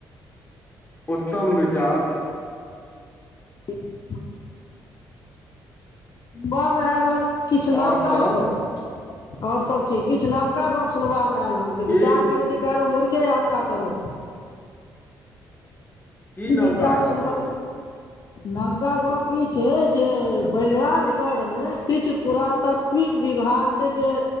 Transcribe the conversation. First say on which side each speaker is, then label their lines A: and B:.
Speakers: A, on the left; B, on the left.
A: उत्तम विचार
B: <unintelligible> बम आएल हल। किछ नवका
A: और सब
B: गप्प। और सब ठीक, किछ नव का गप्प सुनबा मे आएल हन ते
A: की
B: विचार केने छी काएल उम्हूर के यात्रा करब।
A: की
B: ई
A: नवका
B: विचार
A: गप
B: सुनबा
A: हौ
B: नबका गप ई छै जे बैलराजगढ़ मे किछ पुरातत्विक विभाग के जे